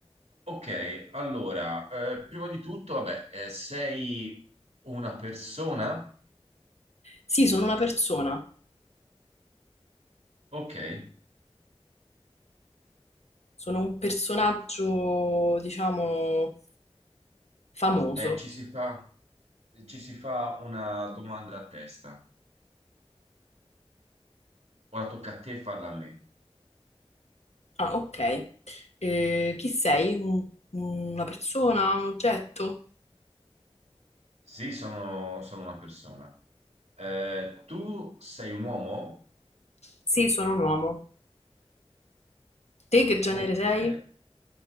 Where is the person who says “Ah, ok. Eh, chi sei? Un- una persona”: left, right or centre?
Left